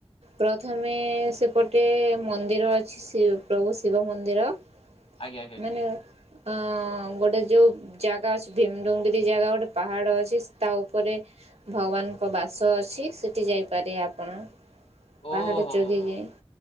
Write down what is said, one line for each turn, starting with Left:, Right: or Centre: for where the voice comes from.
Right: ପ୍ରଥମେ ସେପଟେ ମନ୍ଦିର ଅଛି ଶି ପ୍ରଭୁ ଶିବ ମନ୍ଦିର
Left: ଆଜ୍ଞା ଆଜ୍ଞା
Right: ମାନେ
Left: ଆଜ୍ଞା।
Right: ଅ ଗୋଟେ ଯୋଉ ଜାଗା ଅଛି ଭୀମଡ଼ୁଙ୍ଗିରି ଜାଗା ଗୋଟେ ପାହାଡ଼ ଅଛି ତା ଉପରେ ଭଗବାନଙ୍କ ବାସ ଅଛି ସେଇଠି ଯାଇପାରେ ଆପଣ
Left: ଓହୋ
Right: ପାହାଡ଼ ଚଡ଼ିଲେ
Left: ହୋ ହୋ